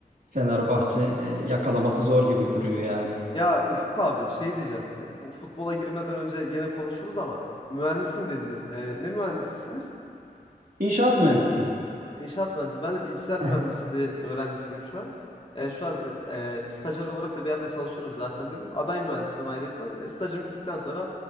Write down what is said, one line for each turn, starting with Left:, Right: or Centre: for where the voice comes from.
Right: Fenerbahçe e, yakalaması zor gibi duruyor yani.
Left: Ya Ufuk abi şey diyeceğim. Bu futbola girmeden önce gene konuşuruz ama mühendisim dediniz. Ee, ne mühendisisiniz?
Right: İnşaat mühendisiyim.
Left: İnşaat mühendisi. Ben de bilgisayar
Right: <laughs>
Left: mühendisliği öğrencisiyim şu an. Ee, şu an e, e, stajyer olarak da bir yerde çalışıyorum zaten dedim. Aday mühendisim ayrıyetten. E, stajım bittikten sonra